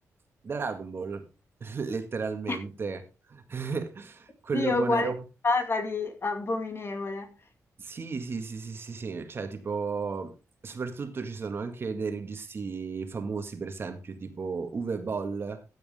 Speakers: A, on the right; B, on the left.
A: Dragon Ball, <laughs> letteralmente,
B: <laughs>
A: <laughs> quello
B: Dio,
A: con
B: qualcosa
A: Eren
B: di abominevole.
A: sì, sì, sì, sì, sì, sì, cioè tipo, soprattutto ci sono anche dei registi famosi, per esempio, tipo Uwe Boll,